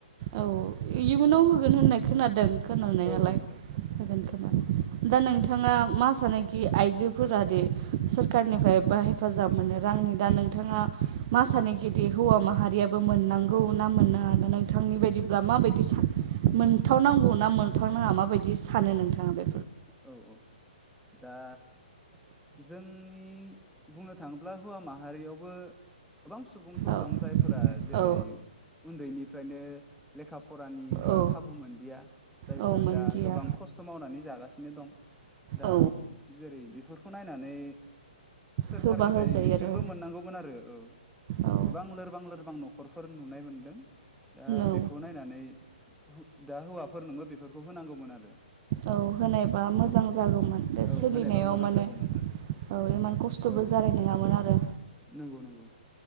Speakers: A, on the right; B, in the centre.
A: औ इयुनाव
B: औ
A: होगोन होननाय खोनादों खोनानायालाय
B: औ
A: होगोन। दा नोंथाङा
B: औ
A: मा। सानोखि आइजोफोरादि सरखारनिफ्राय बा हेफाजाब मोनो रांनि दा नोंथाङा। मा सानोखेदि हौवा माहारियाबो मोननांगौ ना मोननांआ ना नोंथांनि बायदिब्ला माबायदि। बिसान मोनथावनांगौ ना मोनथावनाङा माबायदि सानो नोंथाङा बे।
B: औ औ दा। जोंनि बुंनो थाङोब्ला हौवा माहारियावबो गोबां सुबुंफोर
A: औ
B: दं जायफोर। फोरा जेरै
A: औ
B: उन्दैनिफ्रायनो लेखा फरानि बा
A: औ
B: खाबु मोनदिया। जायफोर
A: औ मोनदिया
B: दा गोबां खस्थ' मावनानै जागासि नो दं दा
A: औ
B: जेरै बेफोरखौ नायनानै सोरखारनिफ्राय
A: होबा होजायो
B: बिसोरबो
A: आरो
B: मोननांगौमोन आरो औ।
A: औ
B: गोबां लोरबां लोरबां न'खरफोर नुनाय मोनदों दा
A: औ
B: बेखौ नायनानै हु दा हौवाफोरनोबो बेफोरखौ होनांगौमोन आरो।
A: औ होनायबा मोजां
B: औ
A: जागौमोन दा
B: औ
A: सोलिनायाव
B: होनायबा मोजां
A: माने
B: जागौमोन
A: औ इमान खस्थ'बो
B: औ
A: जानाय नङामोन आरो।
B: नंगौ नंगौ